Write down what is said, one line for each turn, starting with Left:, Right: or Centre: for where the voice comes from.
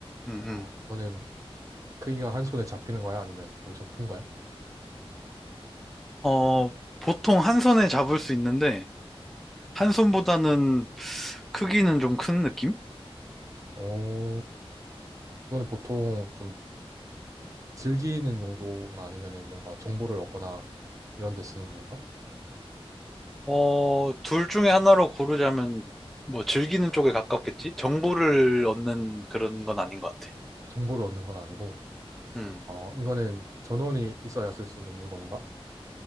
Centre: 음, 음.
Right: 어, 이거는 크기가 한 손에 잡히는 거야? 아니면 엄청 큰 거야?
Centre: 어, 보통 한 손에 잡을 수 있는데, 한 손보다는 크기는 좀 큰 느낌?
Right: 어, 이거는 보통 좀 즐기는 용도나 아니면은 뭔가 정보를 얻거나 이런 데 쓰는 건가?
Centre: 어, 둘 중에 하나로 고르자면, 뭐, 즐기는 쪽에 가깝겠지? 정보를 얻는 그런 건 아닌 것 같아.
Right: 정보를 얻는 건 아니고,
Centre: 음.
Right: 어, 이거는 전원이 있어야 쓸 수 있는 물건인가?